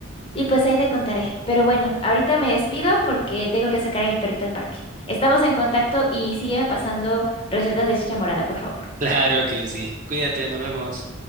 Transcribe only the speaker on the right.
Claro que sí. Cuídate, nos vemos.